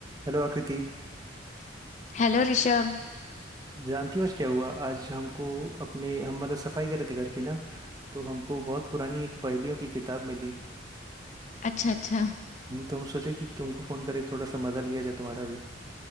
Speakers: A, on the right; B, on the left.
A: Hello Akriti
B: Hello Rishabh
A: जानती हो आज क्या हुआ आज हमको अपने हम मतलब सफाई कर रहे थे घर की ना तो हमको बहुत पुरानी एक पहेलियों की किताब मिली
B: अच्छा अच्छा
A: हम्म, तो हम सोचे कि तुमको फोन करें थोड़ा सा मजा लिया जाए तुम्हारा भी